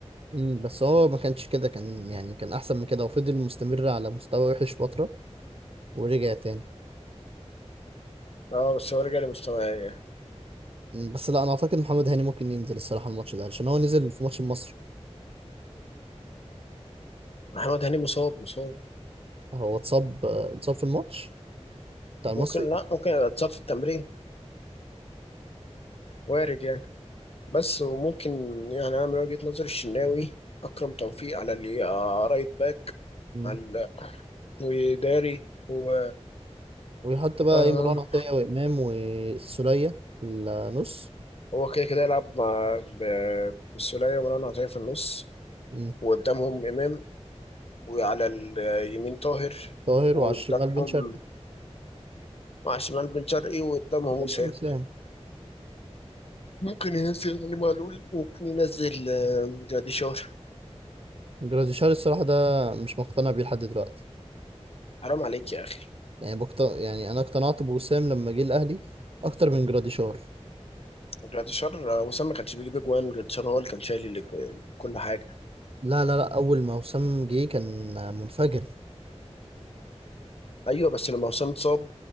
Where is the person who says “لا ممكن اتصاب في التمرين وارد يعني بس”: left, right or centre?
Left